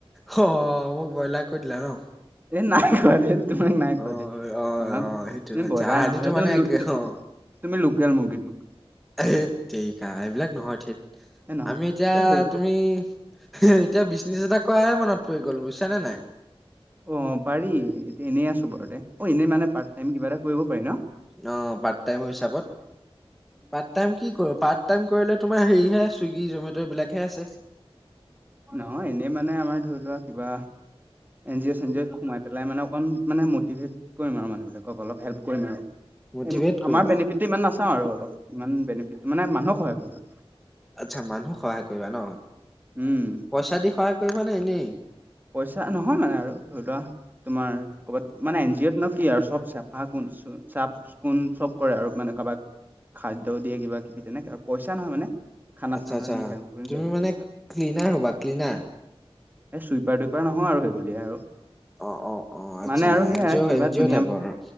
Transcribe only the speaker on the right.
এ নাই কোৱা ধেত। তোমাক নাই
কোৱা দে
তোমাক
তুমি
বইলাৰ
নহয়
<unintelligible>
তুমি লোকেল মুৰ্গীতো।
এ নহয়
এ সেই
অহ, পাৰি এতিয়া এনেই আছো বাৰুতে অ, এনেই মানে পাৰ্ট টাইম কিবাএটা কৰিব পাৰি ন'?
নহয় এনেই মানে আমাৰ ধৰি লোৱা কিবা এন জি অ', চেন জি অ'ত সোমাই পেলাই মানে অকণ মানে মটিভেট কৰিম আৰু মানুহবিলাকক অলপ হেল্প কৰিম আৰু
আমাৰ বেনিফিট বেছি ইমান নাচাও আৰু অলপ। ইমান বেনিফিট মানে মানুহক সহায় কৰিম।
উম।
পইচা নহয় মানে আৰু ধৰি লোৱা তোমাৰ কবাত মানে এন জি অ'ত ন কি আৰু চব চেফা কোন চ চাফ চিকুন চব কৰে আৰু মানে কাবাক খাদ্য দিয়ে কিবা-কিবি তেনেকে আৰু পইচা নহয় মানে খানা
চানা
দি হেল্প কৰিম
কিবা কিবি
তেনেকে
এ চুইপাৰ দুইপাৰ নহও আৰু সেই বুলিয়ে আৰু।
মানে আৰু সেয়াই
কিবা
ধুনীয়া